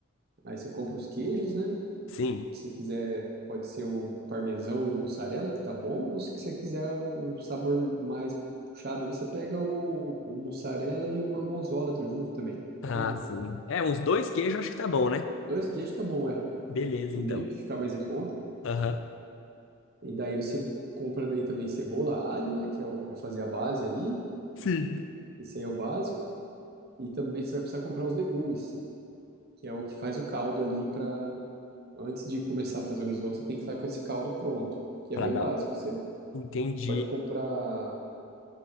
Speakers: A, on the right (about 50°); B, on the left (about 65°).
A: aí você compra os queijos, né?
B: Sim.
A: Se quiser, pode ser o parmesão e o mussarela, que tá bom, ou se você quiser o sabor mais puxado ali, você pega o, o mussarela e o gorgonzola tudo junto também.
B: Ah,
A: Fica bom.
B: sim. É, uns dois queijos acho que tá bom, né?
A: Dois queijos tá bom, é.
B: Beleza,
A: Vê
B: então.
A: o que fica mais em conta.
B: Aham.
A: E daí você compra daí também cebola, alho, né, que é o para fazer a base ali.
B: Sim.
A: Esse aí é o básico. E também você vai precisar comprar uns legumes. que é o que faz o caldo ali para antes de começar a fazer o risoto, você tem que estar com esse caldo pronto, que é
B: Pra
A: bem
B: dar.
A: básico. Você
B: Entendi.
A: pode comprar